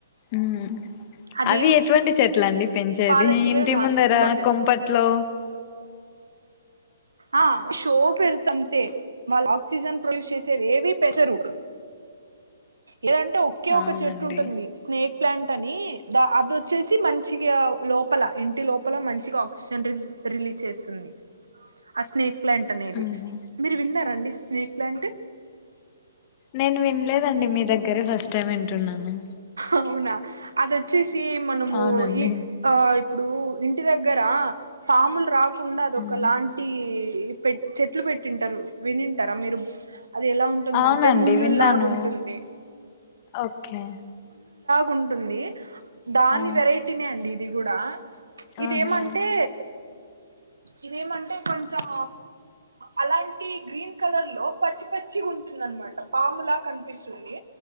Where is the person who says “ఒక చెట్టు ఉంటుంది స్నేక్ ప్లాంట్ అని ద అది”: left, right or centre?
Right